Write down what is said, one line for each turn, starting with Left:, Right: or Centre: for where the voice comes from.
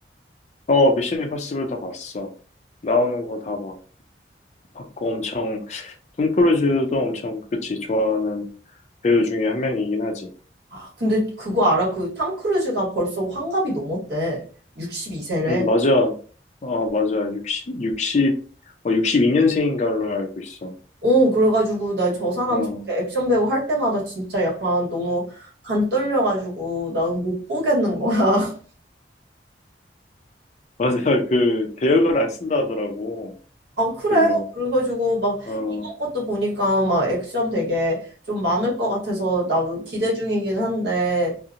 Left: 어, 미션 임파서블 다 봤어. 나오는 거 다 봐. 봤고 엄청, 톰 크루즈도 엄청, 그치, 좋아하는 배우 중에 한 명이긴 하지.
Right: 아, 근데 그거 알아? 그 탐 크루즈가 벌써 환갑이 넘었대. 62세래.
Left: 응, 맞아. 어, 맞아. 육십 육십 어, 62년생인 걸로 알고 있어.
Right: 어, 그래가지고 나 저 사람
Left: 어,
Right: 진짜 액션 배우 할 때마다 진짜 약간 너무 간 떨려가지고 나는 못 보겠는 거야. <laughs>
Left: 맞아요. 그 대역을 안 쓴다 하더라고.
Right: 아, 그래.
Left: 별로.
Right: 그래가지고 막
Left: 어,
Right: 이번 것도 보니까 막 액션 되게 좀 많을 것 같아서 나도 기대 중이긴 한데,